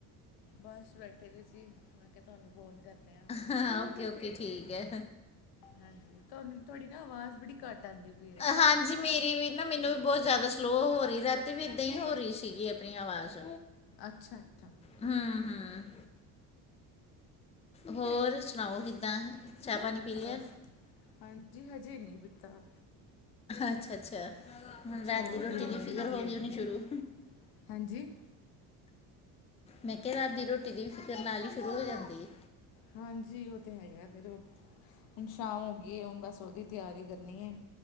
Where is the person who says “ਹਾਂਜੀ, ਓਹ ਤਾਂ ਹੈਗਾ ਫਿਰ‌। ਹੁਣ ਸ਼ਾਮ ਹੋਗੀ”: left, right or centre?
Left